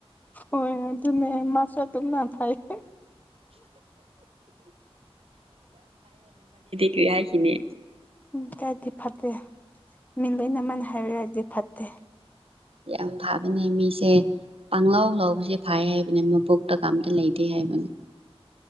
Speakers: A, on the left; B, on the right.
A: ꯍꯣꯏ ꯑꯗꯨꯅꯦ ꯃꯥꯁ ꯑꯗꯨꯝꯅ ꯐꯩꯌꯦ
B: ꯀ꯭ꯔꯤ ꯍꯥꯏꯈꯤꯅꯤ
A: ꯎꯝ ꯇꯗꯤ ꯐꯠꯇꯦ ꯃꯤ ꯂꯣꯏꯅꯃꯛꯅ ꯍꯥꯏꯔꯛ ꯑꯗꯤ ꯐꯠꯇꯦ
B: ꯌꯥꯝ ꯐꯕꯅꯦ ꯃꯤꯁꯦ ꯄꯥꯡꯂꯧ ꯂꯧꯕꯁꯦ ꯐꯩ ꯍꯥꯏꯕꯅꯦ ꯃꯕꯣꯛꯇ ꯀꯑꯝꯇ ꯂꯩꯇꯦ ꯍꯥꯏꯕꯅꯦ